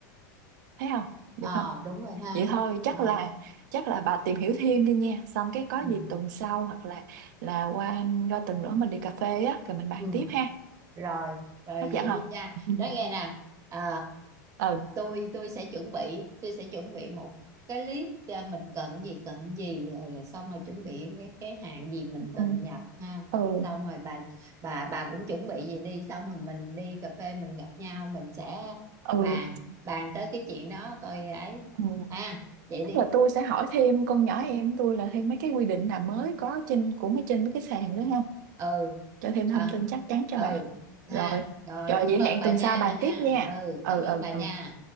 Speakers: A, on the right (about 70°); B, on the right (about 30°).
A: Thấy không? Được
B: ờ
A: không?
B: đúng rồi ha
A: vậy thôi chắc
B: ờ
A: là chắc là bà tìm hiểu thêm đi nha xong cái có
B: ừ.
A: gì tuần sau hoặc là là qua qua tuần nữa mình đi cà phê á rồi mình bàn
B: ừ.
A: tiếp ha
B: rồi rồi
A: hấp dẫn
B: vậy
A: không
B: đi nha
A: <laughs>
B: nói nghe nè à,
A: ừ
B: tôi tôi sẽ chuẩn bị tôi sẽ chuẩn bị một cái list à, mình cần gì cần gì rồi xong rồi chuẩn bị cái, cái hàng gì mình
A: ừ
B: cần nhập ha
A: ừ
B: xong rồi bà bà bà cũng chuẩn bị gì đi xong rồi mình đi cà phê mình gặp nhau mình sẽ
A: ừ
B: bàn bàn tới cái chuyện đó coi ấy
A: ừ.
B: à vậy
A: chắc
B: đi
A: là tôi sẽ hỏi thêm con nhỏ em tôi là thêm mấy cái quy định nào mới có trên của mấy trên mấy cái sàn nữa không
B: ừ
A: cho thêm thông
B: à,
A: tin chắc chắn cho
B: ừ
A: bà
B: ha
A: rồi
B: rồi
A: rồi
B: cảm
A: vậy
B: ơn
A: hẹn
B: bà
A: tuần
B: gia
A: sau bàn
B: nha
A: tiếp nha
B: ừ
A: ừ
B: cảm
A: ừ
B: ơn bà nha
A: ừ